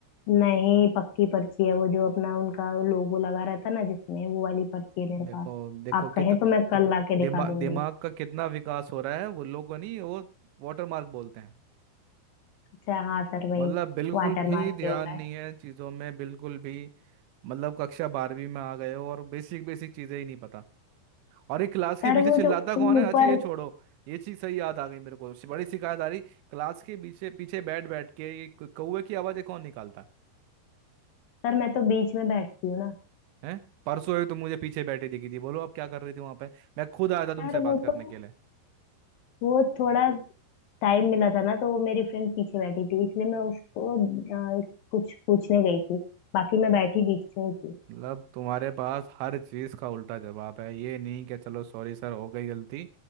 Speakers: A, on the left; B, on the right.
A: नहीं पक्की पर्ची है वो जो अपना उनका लोगो लगा रहता ना जिसमें वो वाली पर्ची है मेरे
B: देखो
A: पास
B: देखो
A: आप
B: कितना
A: कहें तो मैं
B: कित,
A: कल लाके
B: दिमा,
A: दिखा दूंगी
B: दिमाग का कितना विकास हो रहा है वो लोगों नहीं वो वाटर मार्क बोलते हैं
A: अच्छा हाँ सर वही
B: मतलब बिल्कुल
A: वाटर
B: भी
A: मार्क
B: ध्यान
A: जो होता
B: नहीं
A: है
B: है चीज़ों में बिल्कुल भी मतलब कक्षा बारहवीं में आ गए हो और बेसिक बेसिक चीज़ें ही नहीं पता और ये क्लास के
A: सर
B: पीछे
A: वो
B: चिल्लाता
A: जो
B: कौन है
A: ऊपर
B: अच्छा ये छोड़ो ये चीज़ सही याद आ गई मेरे को बड़ी शिकायत आ रही क्लास के पीछे पीछे बैठ बैठ के ये क- कौवे की आवाज़ें कौन निकालता है
A: सर मैं तो बीच में बैठती हूँ ना
B: हैं? परसों ही तुम मुझे पीछे बैठी दिखी थी बोलो अब क्या कर रही थी वहां पे मैं खुद आया था तुमसे
A: सर वो
B: बात करने
A: तो
B: के लिए
A: वो थोड़ा टाइम मिला था ना तो वो मेरी फ्रेंड पीछे बैठी थी इसलिए मैं उसको अ, कुछ पूछने गई थी बाकी मैं बैठी बीच में ही थी
B: मतलब तुम्हारे पास हर चीज का उल्टा जवाब है ये नहीं कि चलो सॉरी सर हो गई गलती